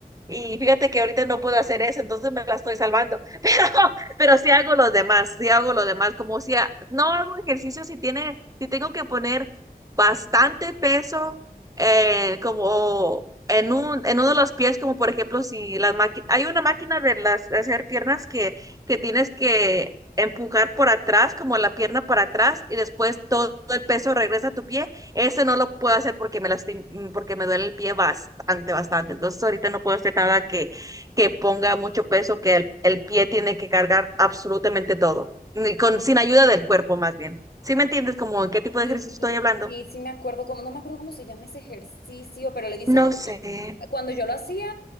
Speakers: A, on the right (about 20°); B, on the left (about 75°).
A: Y fíjate que ahorita no puedo hacer eso, entonces me la estoy salvando. <laughs> Pero, pero sí hago los demás, sí hago los demás, como si a- no hago ejercicio si tiene, si tengo que poner bastante peso eh, como en un, en uno de los pies, como por ejemplo si las máquinas, hay una máquina de las de hacer piernas que que tienes que empujar por atrás, como la pierna para atrás, y después todo el peso regresa a tu pie. Ese no lo puedo hacer porque me lastim mm, porque me duele el pie bastante, bastante. Entonces ahorita no puedo hacer nada que, que ponga mucho peso, que el, el pie tiene que cargar absolutamente todo, ni con, sin ayuda del cuerpo más bien. ¿Sí me entiendes como en qué tipo
B: Y
A: de ejercicio estoy hablando?
B: sí, sí me acuerdo cómo, no me acuerdo cómo se llama ese ejercicio, pero le dicen,
A: No
B: bueno,
A: sé.
B: cuando yo lo hacía,